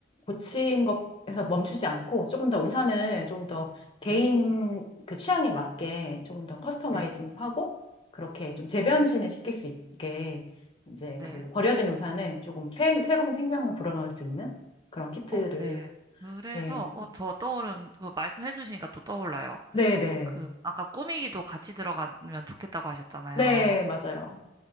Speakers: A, on the left; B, on the right.
A: 고친 것에서 멈추지 않고 조금 더 우산을
B: 네,
A: 좀 더 개인
B: 네,
A: 그 취향에 맞게 조금 더 커스터마이징도
B: 네, 네.
A: 하고 그렇게 좀 재변신을 시킬 수 있게 이제
B: 네.
A: 그 버려진 우산을 조금 새, 새로운 생명을 불어넣을 수 있는 그런 키트를
B: 어, 네. 그래서,
A: 예.
B: 어, 저 떠오른, 그 말씀해 주시니까 또 떠올라요.
A: 네, 네.
B: 그, 아까 꾸미기도 같이 들어가면 좋겠다고 하셨잖아요.
A: 네, 맞아요.